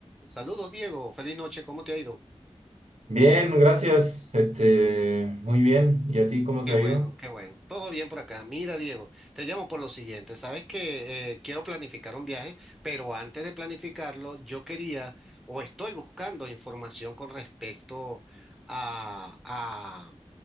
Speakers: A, in the centre; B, on the right.
A: Saludos, Diego. Feliz noche. ¿Cómo te ha ido?
B: Bien, gracias. Este, muy bien. ¿Y a ti cómo
A: Qué
B: te ha
A: bueno,
B: ido?
A: qué bueno. Todo bien por acá. Mira, Diego, te llamo por lo siguiente. Sabes que eh, quiero planificar un viaje, pero antes de planificarlo, yo quería o estoy buscando información con respecto a, a,